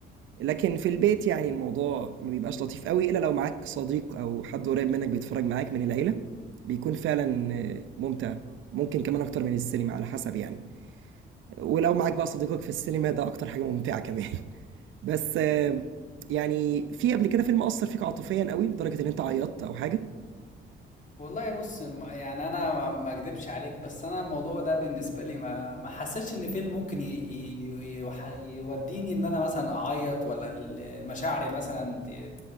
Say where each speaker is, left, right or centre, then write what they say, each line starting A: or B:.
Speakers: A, on the right; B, on the left.
A: لكن في البيت يعني الموضوع ما بيبقاش لطيف قوي الا لو معاك صديق او حد قريب منك بيتفرج معاك من العيلة بيكون فعلا آه، ممتع ممكن كمان اكتر من السينما على حسب يعني ولو معاك بقى صديقك في السينما ده اكتر حاجة ممتعة كمان <laughs> بس آه، يعني في قبل كده فيلم اثر فيك عاطفيا قوي لدرجة ان انت عيطت او حاجة
B: والله بص ما- يعني انا ما ما اكدبش عليك بس انا الموضوع ده بالنسبه لي ما ما حسيتش ان فيلم ممكن ي... ي... يح- يوديني ان انا مثلا اعيط ولا ال- المشاعر مثلا ت-